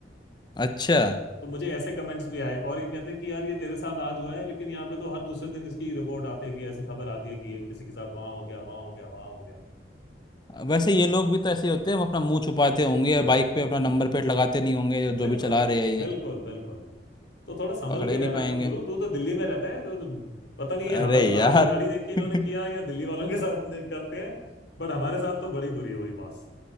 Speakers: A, on the left (about 25°); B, on the left (about 75°).
A: अच्छा
B: तो मुझे ऐसे कमेंट्स भी आए और ये कहते हैं कि यार ये तेरे साथ आज हुआ है लेकिन यहाँ पे तो हर दूसरे दिन इसकी रिपोर्ट आती है कि ऐसे खबर आती है कि ये किसी के साथ वहां हो गया वहां हो गया वहां हो गया
A: वैसे ये लोग भी तो ऐसे ही होते हैं हम अपना मुंह छुपाते होंगे
B: हाँ
A: या बाइक पे अपना नंबर प्लेट लगाते नहीं होंगे जो
B: बिल्कुल
A: जो भी चला रहे हैं ये
B: बिल्कुल बिल्कुल तो थोड़ा संभल
A: पकड़े
B: के
A: ही
B: रहना
A: नहीं पाएंगे
B: गुरु तू तो दिल्ली में रहता है तो पता नहीं
A: अरे
B: है हमारी
A: यार
B: बाहर की गाड़ी देख के इन्होंने
A: <laughs>
B: किया या दिल्ली वालों के साथ ने- करते हैं बट हमारे साथ तो बड़ी बुरी हुई बॉस